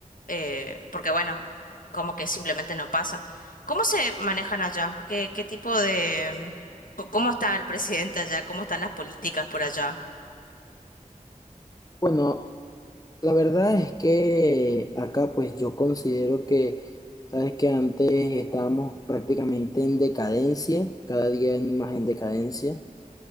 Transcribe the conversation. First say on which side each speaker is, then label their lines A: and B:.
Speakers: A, on the left; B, on the left.
A: eh, porque bueno, como que simplemente no pasa. ¿Cómo se manejan allá? ¿Qué, qué tipo de... co- ¿Cómo está el presidente allá? ¿Cómo están las políticas por allá?
B: Bueno, la verdad es que acá pues yo considero que, sabes que antes estábamos prácticamente en decadencia, cada día en- más en decadencia,